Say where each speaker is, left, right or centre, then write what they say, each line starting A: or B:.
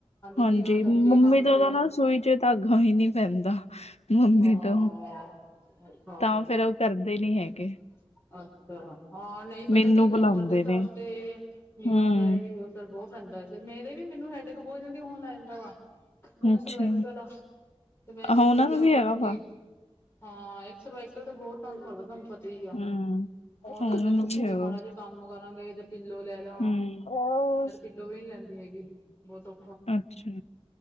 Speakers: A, on the left; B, on the left.
A: ਹਾਂਜੀ
B: ਨਿਗਾਹ ਲੱਗਦੀ
A: ਮੰਮੀ
B: ਹੈ ਕੰਮ
A: ਤੋਂ
B: ਚ
A: ਤਾਂ ਨਾ ਸੂਈ ਚ ਧਾਗਾ ਹੀ ਨੀ ਪੈਂਦਾ- ਮੰਮੀ
B: ਹਾਂਅ
A: ਤੋਂ
B: ਅੱਛਾ
A: ਤਾਂ ਫੇਰ ਉਹ ਕਰਦੇ
B: -
A: ਨੀ ਹੈਗੇ
B: ਅੱਛਾ, ਹਾਂ ਨਹੀਂ ਪਤਾ
A: ਮੈਨੂੰ
B: ਕੀ
A: ਬੁਲਾਉਂਦੇ
B: ਉਮਰ ਦੇ ਹਿਸਾਬ
A: ਨੇ
B: ਤੇ
A: ਹਮ
B: ਦਾ ਇਹ ਅਸਰ ਬਹੁਤ ਪੈਂਦਾ, ਮੇਰੇ ਵੀ ਮੈਨੂੰ ਹੈਡਕ ਬਹੁਤ ਜਲਦੀ ਹੋਣ ਲੈ ਜਾਂਦਾ - ਮੈਨੂੰ
A: ਅੱਛਾ
B: ਸਰਵਾਈਕਲ ਆ, ਤੇ ਮੈਂ ਡਿਉਟੀ
A: ਆਹੋ ਉਹਨਾਂ
B: ਏਦਾਂ
A: ਨੂੰ ਵੀ
B: ਕਰਾਂਗੀ
A: ਹੈਗਾ ਵਾ
B: ਹਾਂ, ਐ ਸਰਵਾਈਕਲ ਦਾ ਬਹੁਤ ਤੰਗ ਕਰਦਾ ਤੁਹਾਨੂੰ ਪਤ ਠੀਕ ਆ
A: ਹਮ ਉਹਨਾਂ
B: ਉਹ ਤਾਂ ਏਧ
A: ਨੂੰ
B: ਚੁੱਕ
A: ਵੀ
B: ਕੇ
A: ਹੈਗਾ
B: ਮਾੜਾ ਜਿਹੇ ਕੰਮ ਕਰਾਂਗੇ ਇਹ ਤੇ ਪਿੱਲੋ ਲੈ ਲਾਂ
A: ਹਮ
B: ਪਿਲੋ ਨੀ ਲੈਂਦੀ ਹੈਗੀ ਵੋ ਤੋ
A: ਅੱਛਾ,